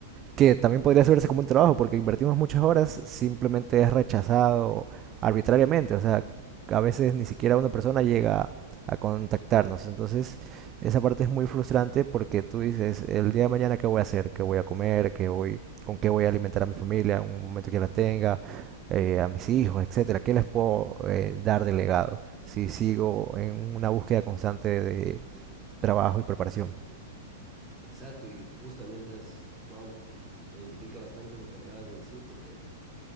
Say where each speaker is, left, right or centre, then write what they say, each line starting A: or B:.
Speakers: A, on the right (about 30°); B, on the right (about 15°).
A: que también podría verse como un trabajo, porque invertimos muchas horas, simplemente es rechazado arbitrariamente, o sea, a veces ni siquiera una persona llega a contactarnos, entonces esa parte es muy frustrante porque tú dices, el día de mañana qué voy a hacer, qué voy a comer, qué voy, con qué voy a alimentar a mi familia, en un momento que la tenga, eh, a mis hijos, etcétera, qué les puedo eh, dar de legado si sigo en una búsqueda constante de trabajo y preparación.
B: Exacto, y justamente es, wow, me identifica bastante lo que acabas de decir, porque,